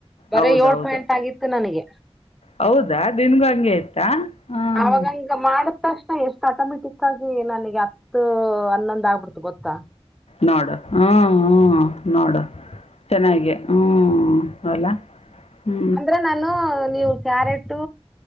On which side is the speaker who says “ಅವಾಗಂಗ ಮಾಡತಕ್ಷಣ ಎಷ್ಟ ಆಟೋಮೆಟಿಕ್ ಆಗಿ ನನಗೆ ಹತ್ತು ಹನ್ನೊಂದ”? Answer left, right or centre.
Centre